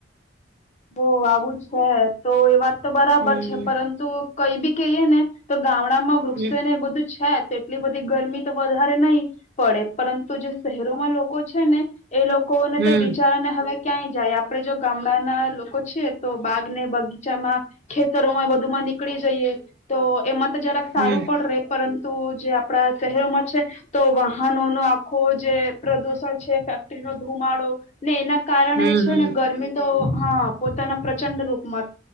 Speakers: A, on the left; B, on the right.
A: હો આવું છે તો એ વાત તો બરાબર
B: હમ
A: છે પરંતુ કઈ બી કહીએ ને તો ગામડા માં વૃક્ષો
B: હમ
A: ને એ બધું છે જ તેટલી બધી ગરમી તો વધારે નહી પડે પરંતુ જે શહેરોમાં લોકો છે ને એ લોકોને
B: હમ
A: તો બિચારા ને હવે ક્યાંય જાય આપડે જો ગામડાના છે તો બાગ ને બગીચામાં ખેતરોમાં બધું માં નીકળી જઈએ તો એમાં તો જરાક સારું
B: હમ
A: પણ રે પરંતુ તો જે આપડા શહેરોમાં છે તો વાહનોનો આખું જે પ્રદુષણ છે ફેક્ટરી નો ધુમાડો ને એના કારણે
B: હમ
A: છે ને ગરમી તો હા પોતાના પ્રચંડ રૂપમાં